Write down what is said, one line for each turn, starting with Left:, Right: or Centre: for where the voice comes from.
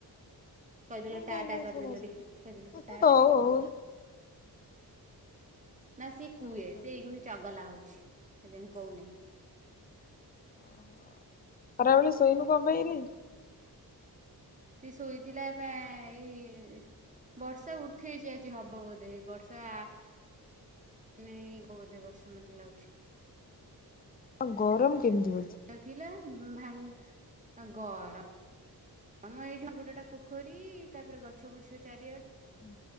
Right: କହିଦେଲ
Left: ନାଇଁ
Right: ଟା
Left: ନାଇଁ
Right: ଟା
Left: ନାଇଁ
Right: କରିଦେଲ
Left: ଶୁଣ
Right: ଟିକେ କହିଦେଲ
Left: ହଉ
Right: ଟାଟା।
Left: ହଉ। ଓହୋ
Right: ନା ସିଏ କୁହେ।
Left: ଓହୋ।
Right: ସେ ଏଇ ଖୁଣି ଚଗଲା ହଉଛି ସେଥିପାଇଁ କହୁନାହିଁ।
Left: ହଁ ଖରାବେଳେ ଶୋଇନୁ କଣପାଇଁ?
Right: ସିଏ ଶୋଇଥିଲାବା ଏଇ ବର୍ଷା ଉଠେଇଛି ଆଜି ହବ ବୋଧେ। ବର୍ଷା ନାଇଁ ହେବ ବୋଧେ ବର୍ଷା ମତେ ଲାଗୁଛି।
Left: ଆଉ ଗରମ କେମିତିି ହଉଚି?
Right: ଥିଲା ଭାଙ୍ଗ ଆ ଗରମ ଆମ ଏଇଠି ଗୋଟାଟା ପୋଖରୀ ତାପରେ ଗଛ ବୁଛ ଚାରିଆଡେ।
Left: ହୁଁ